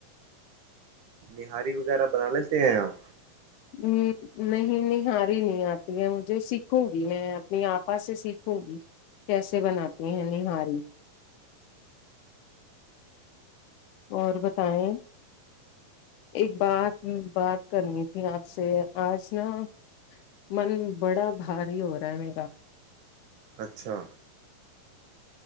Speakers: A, on the right (about 80°); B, on the left (about 80°).
A: نہاری وغیرہ بنا لیتے ہیں آپ
B: ہوں نہیں نہاری نہیں آتی ہے مجھے سیکھوں گی میں اپنی آپا سے سیکھوں گی کیسے بناتی ہیں نہاری اور بتائیں ایک بات بات کرنی تھی آپ سے آج نا من بڑا بھاری ہو رہا ہے میرا
A: اچھا